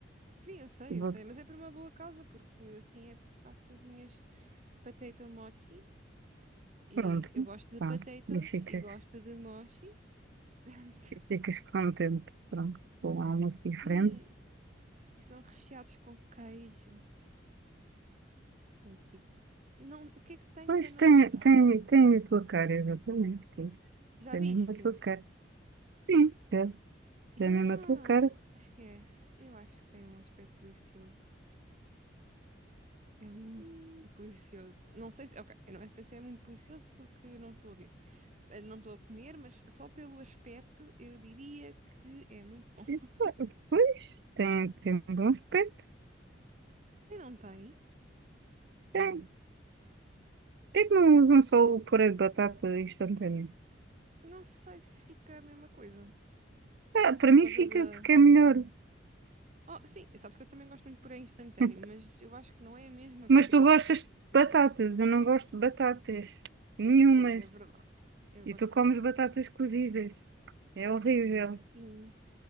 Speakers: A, on the right (about 40°); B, on the right (about 65°).
A: Sim, eu sei,
B: Vou,
A: eu sei, mas é por uma boa causa, porque assim é faço as minhas potato mochi. E
B: pronto,
A: eu gosto de
B: tá.
A: potatoes
B: E ficas,
A: e gosto de mochi, portanto.
B: e ficas contente. Pronto, com algo
A: <laughs>
B: diferente.
A: Sim, e são recheados com queijo. Portanto, tipo, não, o que é que tenho
B: Pois
A: para não
B: tem,
A: gostar?
B: tem, tem a tua cara, exatamente. Tem
A: Já
B: tem
A: viste?
B: mesmo a tua cara. Sim, deve ser
A: Yeah,
B: mesmo a mesma tua cara.
A: esquece. Eu acho que tem um aspecto delicioso. É muito delicioso. Não sei se, ok, eu não sei se é muito delicioso porque não estou a ver, Eh, não estou a comer, mas só pelo aspecto eu diria que é muito bom. <laughs>
B: E, pá, Pois, tem, tem bom aspecto.
A: E não tem,
B: Tem. Por que é que não usam só o purê de batata instantâneo?
A: não sei se fica a mesma coisa.
B: Ah, para
A: Por
B: mim
A: causa
B: fica
A: da.
B: porque é melhor.
A: Oh, sim, sabes que eu também gosto muito de purê instantâneo,
B: <laughs>
A: mas eu acho que não é a mesma coisa.
B: Mas tu gostas
A: <laughs>
B: de batatas, eu não gosto de batatas nenhumas.
A: Pois é verdade. Eu
B: E
A: gosto
B: tu comes
A: de batatas.
B: batatas cozidas. É horrível.
A: Sim.